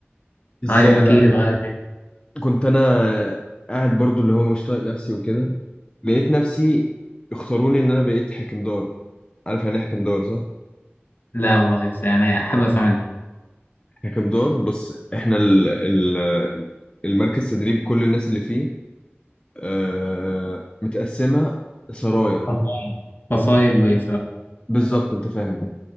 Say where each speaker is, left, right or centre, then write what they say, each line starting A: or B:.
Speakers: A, on the left; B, on the left.
A: ازاي
B: طيب احكي
A: بقى
B: لي طيب
A: كنت انا قاعد برضو اللي هو مش طايق نفسي وكده لقيت نفسي اختاروني ان انا بقيت حكمدار عارف يعني ايه حكمدار صح
B: لا والله بس يعني حابب أسمع منك
A: ككم دور بص احنا ال ال المركز تدريب كل الناس اللي فيه آه، متقسمة سرايا
B: فصايل فصايل وإيه
A: بالظبط انت فاهم